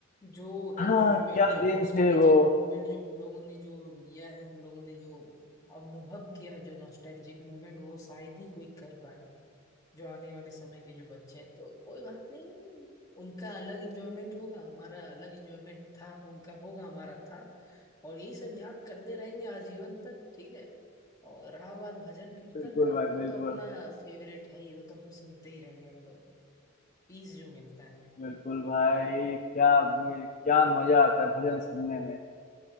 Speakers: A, on the left; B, on the left.
A: जो
B: हाँ
A: इंजॉयमेंट
B: क्या
A: जो
B: दिन
A: नॉस्टैल्जिक
B: थे वो
A: मोमेंट जो हम लोगों ने जो लिया है हम लोगों ने जो अनुभव किया है जो नॉस्टैल्जिक मोमेंट वो शायद ही कोई कर पाए जो आने वाले समय के जो बच्चे हैं तो कोई बात नहीं उनका अलग इंजॉयमेंट होगा हमारा अलग इंजॉयमेंट था उनका होगा हमारा था और यही सब याद करते रहेंगे आजीवन तक ठीक है और रहा बात भजन कीर्तन
B: बिल्कुल
A: का
B: भाई
A: वो
B: बिल्कुल
A: तो अपना फेवरेट है ही वो तो हम सुनते ही रहेंगे हम लोग पीस जो मिलता है हमें
B: बिल्कुल भाई क्या क्या मजा आता है भजन सुनने में